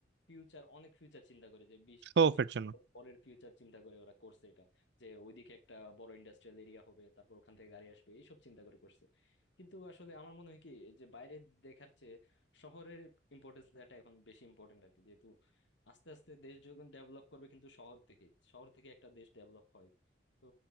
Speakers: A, on the left; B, on the right.
A: ফিউচার অনেক ফিউচার চিন্তা করে যে বিশ
B: শো
A: তিরিশ
B: অফের জন্য
A: বছর পরের ফিউচার চিন্তা করে ওরা করছে এটা যে ওইদিকে একটা বড় ইন্ডাস্ট্রিয়াল এরিয়া হবে তারপর ওখান থেকে গাড়ি আসবে এইসব চিন্তা করে করছে কিন্তু আসলে আমার মনে হয় কি যে বাইরে দেখার চেয়ে শহরের ইম্পর্টেন্স দেওয়াটা এখন বেশি ইম্পর্টেন্ট আর কি যেহেতু আস্তে আস্তে দেশ যখন ডেভেলপ করবে কিন্তু শহর থেকে শহর থেকে একটা দেশ ডেভেলপ হয় তো